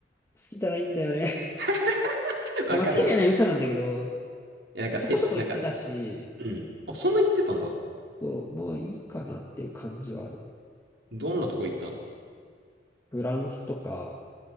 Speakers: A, on the left (about 15°); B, on the right (about 70°).
A: 好きじゃないんだよね。
B: <laughs>
A: <laughs>
B: わかるよ。
A: いや、まあ好きじゃない嘘なんだけど、
B: え、なんか、
A: そこそこ行ってたし、
B: て、なんか、うん。あ、そんな行ってたんだ。
A: そう、もういいかなっていう感じはある。
B: どんなとこ行ったの
A: フランスとか、